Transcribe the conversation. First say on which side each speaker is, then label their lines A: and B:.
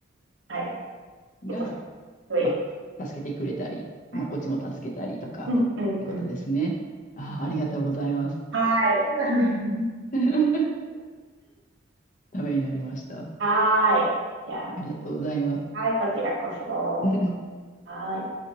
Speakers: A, on the right (about 75°); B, on the left (about 40°).
A: はい。えっと、
B: が、
A: さん。い。
B: まあ、助けてくれたり、
A: はい。
B: まあ、こっちも助けたりとかってことですね。
A: うん、うん、うん。
B: ああ、ありがとうございます。
A: はい。<laughs>
B: <laughs> ためになりました。あ
A: はーい。じゃ
B: りがとうございます。
A: あ、はい、こちらこそ。
B: <laughs>
A: はーい。